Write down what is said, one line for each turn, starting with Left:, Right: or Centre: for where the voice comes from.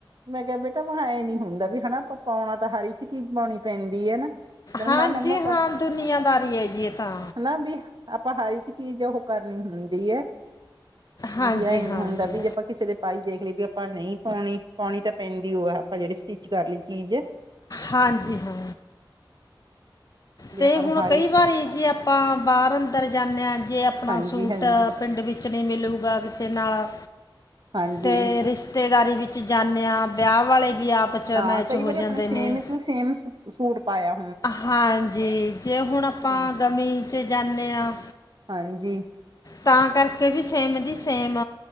Right: ਮੈਂ ਕਿਆ ਬੇਟਾ ਮੈਂ ਇਹ ਨੀਂ ਹੁੰਦਾ ਵੀ ਹਨਾਂ, ਆਪਾਂ ਪਾਉਣਾ ਤਾਂ ਹਰ ਇੱਕ ਚੀਜ਼ ਪਾਣੀ ਪੈਂਦੀ ਐ ਨਾ।
Left: ਹਾਂਜੀ
Right: ਨਾ ਮੰਮਾ
Left: ਹਾਂ, ਦੁਨੀਆਂਦਾਰੀ ਤ ਐ ਜੀ ਏ ਤਾਂ।
Right: ਨਾ ਵੀ ਆਪਾਂ ਹਰ ਇੱਕ ਚੀਜ਼ ਉਹ ਕਰਨੀ ਹੁੰਦੀ ਐ,
Left: ਹਾਂਜੀ
Right: ਵੀ ਏਂ ਨੀਂ
Left: ਹਾਂਜੀ
Right: ਹੁੰਦਾ ਜੇ ਆਪਾਂ ਕਿਸੇ ਦੇ ਭਾਈ ਦੇਖ ਲਈ ਵੀ ਆਪਾਂ ਨਈਂ ਪਾਉਣੀ। ਪਾਉਣੀ ਤਾਂ ਪੈਂਦੀ ਉਹ ਐ ਆਪਾਂ ਜੇੜੀ ਸਟਿਚ ਕਰ ਲੀ ਚੀਜ਼।
Left: ਹਾਂਜੀ ਹਾਂ।
Right: ਵੀ
Left: ਤੇ
Right: ਆਪਾਂ
Left: ਹੁਣ
Right: ਨੂੰ ਹਰ
Left: ਕਈ
Right: ਇੱਕ
Left: ਵਾਰੀ ਜੇ ਆਪਾਂ ਬਾਰ-ਅੰਦਰ ਜਾਂਦੇੇ ਆਂ, ਜੇ ਆਪਣਾ
Right: ਹਾਂਜੀ
Left: ਸੂਟ
Right: ਹਾਂਜੀ
Left: ਪਿੰਡ ਵਿੱਚ ਕੁਛ ਨਈਂ ਮਿਲੂਗਾ ਕਿਸੇ ਨਾਲ
Right: ਹਾਂਜੀ
Left: ਤੇ ਰਿਸ਼ ਰਿਸ਼ਤੇਦਾਰੀ ਵਿੱਚ ਜਾਂਣੇ ਆਂ, ਵਿਆਹ ਵਾਲੇ ਵੀ ਆਪ 'ਚ
Right: ਹਾਂ,
Left: ਮੈਚ
Right: ਕਈ ਵਾਰੀ
Left: ਹੋ
Right: ਆਪਨੇ
Left: ਜਾਂਦੇ
Right: ਸੇਮ
Left: ਨੇ
Right: ਟੂ ਸੇਮ ਸੂ ਸੂਟ ਪਾਯਾ
Left: ਹਾਂਜੀ, ਜੇ ਹੁਣ ਆਪਾਂ
Right: ਹੈ।
Left: ਗਰਮੀ ਚ ਜਾਂਣੇ ਆਂ
Right: ਹਾਂਜੀ।
Left: ਤਾਂ ਕਰਕੇ ਵੀ ਸੇਮ ਦੀ ਸੇਮ